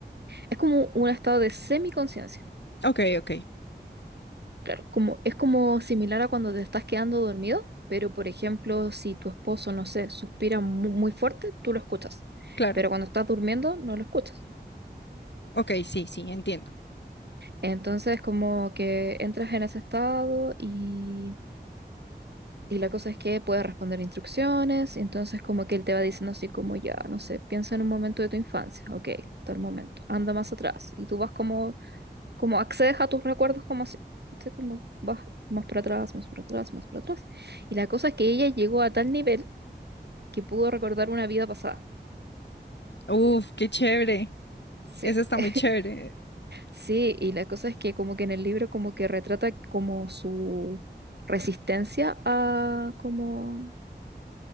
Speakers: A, on the right; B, on the left.
A: Es como un estado de semiconciencia.
B: Ok, ok,
A: Claro, como, es como similar a cuando te estás quedando dormido, pero por ejemplo, si tu esposo, no sé, suspira mu- muy, fuerte, tú lo escuchas,
B: claro.
A: pero cuando estás durmiendo no lo escuchas.
B: Ok, sí, sí, entiendo.
A: Entonces, como que entras en ese estado y, y la cosa es que puedes responder instrucciones, entonces como que él te va diciendo así como ya, no sé, piensa en un momento de tu infancia, ok, tal momento, anda más atrás, y tú vas como como accedes a tus recuerdos como si, ¿cachai? como vas más para atrás, más para atrás, más para atrás. Y la cosa es que ella llegó a tal nivel que pudo recordar una vida pasada.
B: Uf, qué chévere.
A: Sí.
B: Eso está
A: <laughs>
B: muy chévere.
A: Sí, y la cosa es que como que en el libro como que retrata como su resistencia a como,